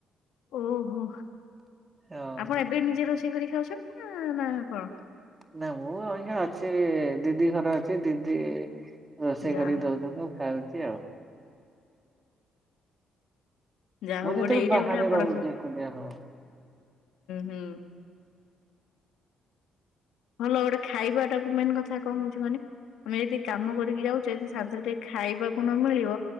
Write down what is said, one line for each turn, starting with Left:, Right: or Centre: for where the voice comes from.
Left: ଓହୋ
Right: ହଁ
Left: ଆପଣ ଏବେ ନିଜେ ରୋଷେଇ କରି ଖାଉଛନ୍ତି ନା ନା କଣ?
Right: ନା ମୁଁ ଅଇଁଖା ଅଛି ଦିଦି ଘର ଅଛି ଦିଦି ରୋଷେଇ
Left: ଯାହା
Right: କରି
Left: ହଉ
Right: ଦଉଥବୁ ମୁଁ ଖାଉଛି ଆଉ
Left: ଯାହା
Right: ମୁଁ
Left: ହଉ
Right: ଯେତେବେଳେ
Left: ଗୋଟେ ଏଇଟା
Right: ବାହାରେ
Left: ଗୋଟେ ଆପଣ
Right: ରହୁଛି
Left: ହୁଁ
Right: ଏକୁଟିଆ ହଁ
Left: ହୁଁ। ଭଲ ଗୋଟେ ଖାଇବାଟାକୁ ମେନ୍ କଥା କଣ ହଉଛି ମାନେ ଆମେ ଯଦି କାମ କରିକି ଯାଉଚେ ଯଦି ଶାନ୍ତିରେ ଟିକେ ଖା ଖାଇବାକୁ ନ ମିଳିବ